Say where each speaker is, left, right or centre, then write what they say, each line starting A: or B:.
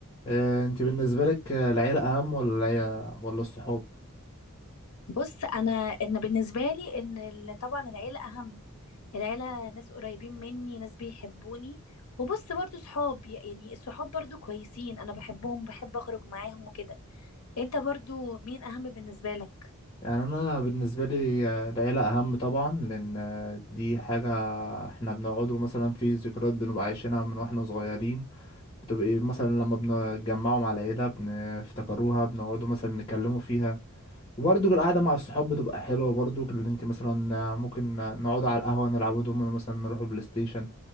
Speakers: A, on the left (about 25°); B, on the left (about 80°).
A: آه، انت بالنسبة لك آه، العيلة اهم ولا العيلة ولا الصحاب
B: بص انا ان بالنسبه لي ان ال- طبعا العيله اهم العيله ناس قريبين مني ناس بيحبوني وبص برضو صحاب ي- يعني الصحاب برضو كويسين انا بحبهم بحب اخرج معاهم وكده انت برضو مين اهم بالنسبه لك
A: يعني انا بالنسبة لي آه، العيلة اهم طبعا لان آه، دي حاجة احنا بنقعدوا مثلا في ذكريات بنبقى عايشينها من واحنا صغيرين بتبقى إيه، مثلا لما بنتجمعوا مع العيلة بنفتكروها بنقعدوا مثلا نتكلموا فيها وبرضه القعدة مع الصحاب بتبقى حلوة برضه اللي انت مثلا آه، ممكن نقعدوا على القهوة نلعبوا دومينو مثلا نروحوا بلاي ستيشن